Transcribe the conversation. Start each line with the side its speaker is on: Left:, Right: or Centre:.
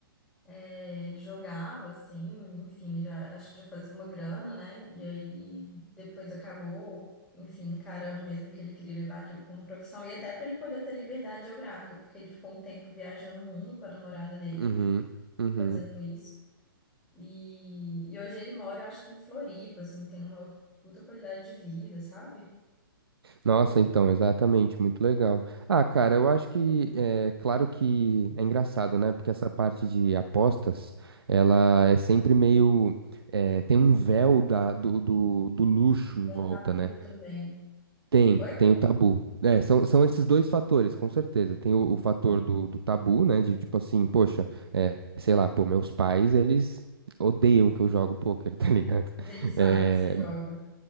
Centre: É, ele jogava, assim, enfim, já, acho que já fazia uma grana, né? E aí depois acabou, enfim, encarando mesmo que ele queria levar aquilo como profissão. E até para ele poder ter liberdade geográfica, porque ele ficou um tempo viajando o mundo com a namorada dele,
Right: Uhum, uhum.
Centre: fazendo isso. E, e hoje ele mora, acho que em Floripa, assim, tem uma puta qualidade de vida, sabe?
Right: Nossa, então, exatamente, muito legal. Ah, cara, eu acho que é claro que é engraçado, né? Porque essa parte de apostas, ela é sempre meio é, tem um véu da, do, do, do luxo em
Centre: É
Right: volta,
Centre: um tabu
Right: né?
Centre: também.
Right: Tem,
Centre: Oi?
Right: tem o tabu. É, são, são esses dois fatores, com certeza. Tem o, o fator do, do tabu, né? De tipo assim, poxa, é, sei lá, pô, meus pais, eles odeiam que eu jogo pôquer, <laughs> tá ligado?
Centre: Mas eles sabem
Right: Eh,
Centre: que você joga.